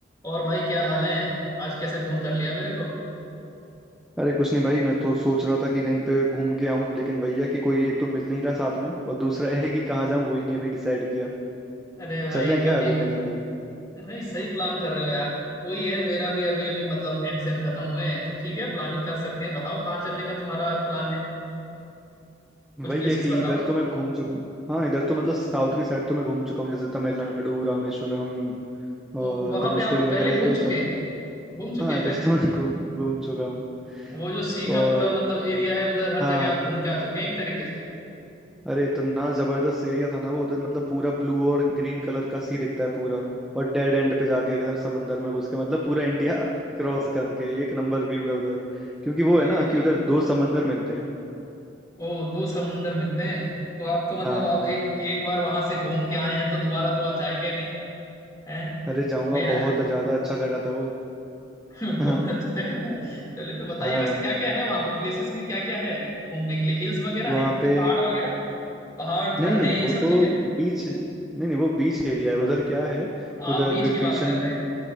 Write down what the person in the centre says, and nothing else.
अरे कुछ नहीं भाई मैं तो सोच रहा था कि कहीं पे घूम के आऊं लेकिन वही है कि कोई एक तो मिल नहीं रहा साथ में और दूसरा <laughs> है कि कहाँ जाऊं वही नहीं अभी डिसाइड किया
चलें क्या
घूमने कहीं पे
वही
है कि
इधर तो मैं घूम चुका हूँ हाँ इधर तो मतलब साउथ की साइड तो मैं घूम चुका हूँ जैसे तमिलनाडु रामेश्वरम
और
धनुषकोडी
वगैरह
ये तो
सब
हाँ
इधर
तो मैं <laughs> घूम घूम चुका हूँ
और
हाँ
अरे इतना जबरदस्त एरिया था ना वो उधर मतलब पूरा ब्लू और ग्रीन कलर का सी दिखता है पूरा और डेड एंड पे जाके एकदम समंदर में घुस के मतलब पूरा इंडिया <laughs> क्रॉस करके एक नंबर व्यू है उधर क्योंकि वो
है ना कि
उधर दो समंदर मिलते हैं
हाँ
अरे जाऊंगा
बहुत ज्यादा अच्छा जगह था वो
<laughs>
हाँ
वहाँ
पे
नहीं नहीं
वो
तो
बीच नहीं नहीं वो बीच एरिया है उधर क्या है
उधर
विभीषण